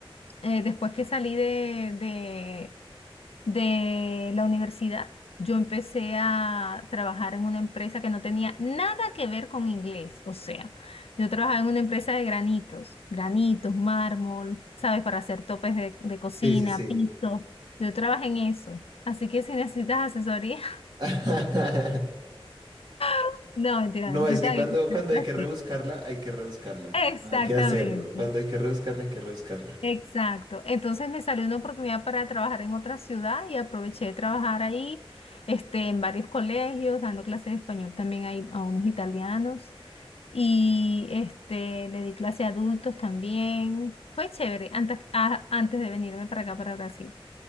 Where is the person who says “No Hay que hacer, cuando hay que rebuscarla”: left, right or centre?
Right